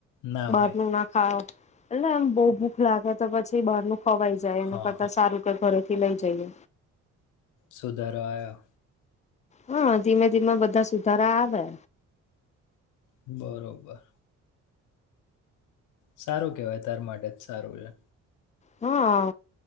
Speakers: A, on the left; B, on the left.
A: ના
B: બહાર
A: હોય.
B: ન ના ખાઓ એટલે એમ બહુ ભૂખ લાગે તો પછી બહાર ન ખવાય. જાયને
A: હં
B: પતા
A: હં.
B: સારું કે ઘરેથી લઈ જઈએ.
A: સુધારાયા.
B: હા ધીમે ધીમે બધા સુધારા આવે.
A: બરોબર. સારું કેવાય તાર માટે જ સારું છે.
B: હા